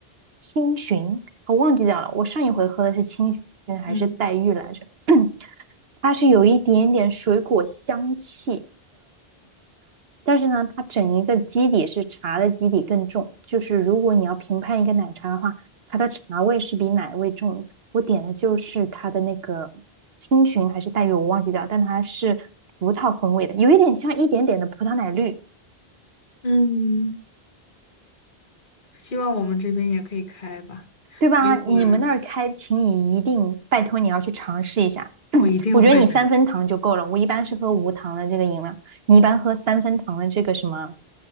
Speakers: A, on the right; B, on the left.
A: 青寻，我忘记掉了。我上一回喝的是青寻还是黛玉来着？
B: 嗯
A: <clears throat> 它是有一点点水果香气，但是呢，它整一个基底是茶的基底更重，就是如果你要评判一个奶茶的话，它的茶味是比奶味重。我点的就是它的那个青寻还是黛玉，我忘记掉，但它是葡萄风味的，有一点像一点点的葡萄奶绿，
B: 嗯，希望我们这边也可以开吧。
A: 对吧？
B: 我一会儿
A: 你们那儿开，请你一定拜托你要去尝试一下。<clears throat>
B: 我一定会的。
A: 我觉得你三分糖就够了，我一般是喝无糖的这个饮料，你一般喝三分糖的这个什么